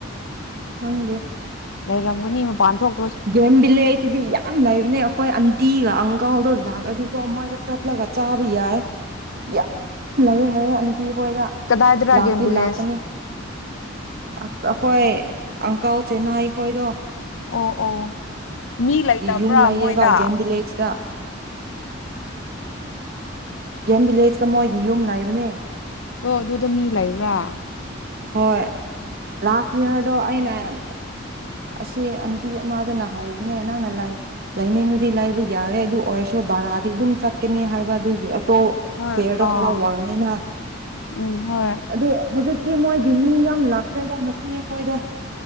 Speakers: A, on the right; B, on the left.
A: ꯍꯪ
B: ꯂꯩꯔꯝꯒꯅꯤ ꯃꯄꯥꯟ ꯊꯣꯛ
A: ꯒ꯭ꯔꯦꯝ ꯕꯤꯂꯦꯖꯁꯤꯗꯤ ꯌꯥꯝ ꯂꯩꯕꯅꯦ ꯑꯩꯈꯣꯏ ꯑꯟꯇꯤꯒ ꯑꯪꯀꯜꯗꯣ ꯂꯒꯗꯤ ꯀ ꯃ ꯆꯄꯂꯒ ꯆꯕ ꯌꯥꯏ ꯌꯥ ꯂꯩꯔꯦ ꯍꯥꯏꯌꯦꯡ ꯑꯟꯇꯤ ꯑꯩꯈꯣꯏꯗ
B: ꯀꯗꯥꯏꯗꯔꯥ
A: ꯂꯥꯛꯇꯤ
B: ꯒꯦꯝ ꯚꯤꯂꯦꯖ
A: ꯂꯥꯛꯀꯅꯤ ꯑꯁ ꯑꯩꯈꯣꯏ ꯑꯪꯀꯜ ꯆꯦꯅꯥꯍ ꯑꯩꯈꯣꯏꯗꯣ
B: ꯑꯣ ꯑꯣ ꯃꯤ ꯂꯩꯇꯕ꯭ꯔꯥ
A: ꯌꯨꯝ ꯂꯩꯌꯦꯕ
B: ꯃꯣꯏꯗ
A: ꯒꯦꯝ ꯚꯤꯂꯦꯖꯇ ꯒꯦꯝ ꯚꯤꯂꯦꯖꯇ ꯃꯣꯏꯒꯤ ꯌꯨꯝ ꯂꯩꯕꯅꯦ
B: ꯑꯣ ꯑꯗꯨꯗ ꯃꯤ ꯂꯩꯕ꯭ꯔꯥ
A: ꯍꯣꯏ ꯂꯥꯁ ꯏꯌꯥꯔꯗꯣ ꯑꯩꯅ ꯑꯁꯤ ꯑꯟꯇꯤ ꯑꯃꯥꯗꯅ ꯍꯥꯏꯕꯅꯦ ꯅꯪꯅ ꯂꯥꯏꯅꯤꯡꯕꯗꯤ ꯂꯥꯏꯕ ꯌꯥꯔꯦ ꯑꯗꯨ ꯑꯣꯏꯔꯁꯨ ꯕꯔꯥꯗꯤ ꯑꯗꯨꯝ ꯆꯠꯀꯅꯤ ꯍꯥꯏꯕ ꯑꯗꯨꯒꯤ ꯇꯣ
B: ꯍꯣꯏ
A: ꯆꯤꯌꯔꯗꯣ
B: ꯑꯥ
A: ꯈꯔ ꯋꯥꯡꯉꯦꯅ
B: ꯎꯝ ꯍꯣꯏ
A: ꯑꯗꯨ ꯍꯧꯖꯤꯛ ꯃꯣꯏꯒꯤ ꯃꯤ ꯌꯥꯝ ꯂꯥꯛꯈ꯭ꯔꯦꯗ ꯃꯇꯦ ꯑꯩꯈꯣꯏꯗ